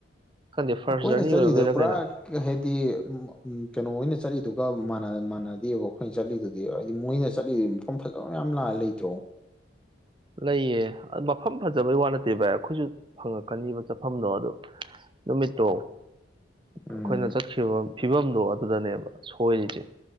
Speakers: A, on the right; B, in the centre.
A: ꯈꯪꯗꯦ ꯐꯥꯔꯁ
B: ꯑꯩꯈꯣꯏꯅ
A: ꯖꯔꯅꯤ
B: ꯆꯠꯂꯤꯗꯣ
A: ꯑꯣꯏꯕꯩꯏꯔꯥ
B: ꯄꯨꯔꯥ
A: ꯀꯩꯅꯣ
B: ꯍꯥꯏꯗꯤ ꯀꯩꯅꯣ ꯍꯣꯏꯅ ꯆꯠꯂꯤꯗꯨꯒ ꯃꯥꯟꯅꯗꯦꯕ ꯑꯩꯈꯣꯏꯅ ꯆꯠꯂꯤꯗꯨ ꯍꯥꯏꯗꯤ ꯃꯣꯏꯅ ꯆꯠꯂꯤꯁꯤ ꯃꯐꯝ ꯐꯖꯕ ꯃꯌꯥꯝ ꯂꯥꯛꯑ ꯂꯩꯇ꯭ꯔꯣ
A: ꯂꯩꯌꯦ ꯃꯐꯝ ꯐꯖꯕꯩ ꯋꯥ ꯅꯠꯇꯦ ꯚꯥꯏ ꯑꯩꯈꯣꯏꯁꯨ ꯐꯪꯉꯛꯀꯅꯤꯕ ꯆꯠꯐꯝꯗꯣ ꯑꯗꯣ ꯅꯨꯃꯤꯠꯇꯣ
B: ꯎꯝ
A: ꯑꯩꯈꯣꯏꯅ ꯆꯠꯈꯤꯕ ꯐꯤꯕꯝꯗꯣ ꯑꯗꯨꯗꯅꯦꯕ ꯁꯣꯏꯔꯤꯁꯦ